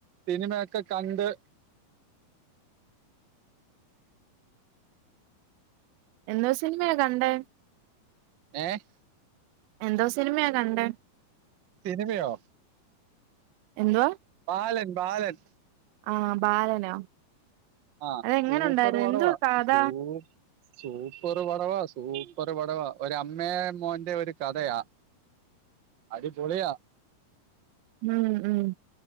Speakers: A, on the right; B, on the right.
A: സിനിമയൊക്കെ കണ്ട്
B: എന്തോ സിനിമയാ കണ്ടേ
A: ഏഹ്
B: എന്തോ സിനിമയാ കണ്ട
A: സിനിമയോ
B: എന്തുവാ
A: ബാലൻ ബാലൻ
B: ആഹ് ബാലനോ
A: ആഹ്
B: അതെങ്ങനെ
A: സൂപ്പർ
B: ഉണ്ടായിരുന്നു
A: വടവാ
B: എന്തുവാ കഥ
A: സൂ സൂപ്പർ പടവാ സൂപ്പർ പടവാ ഒരമ്മേ മോന്റെ ഒരു കഥയാ. അടിപൊളിയാ.
B: ഉം ഉം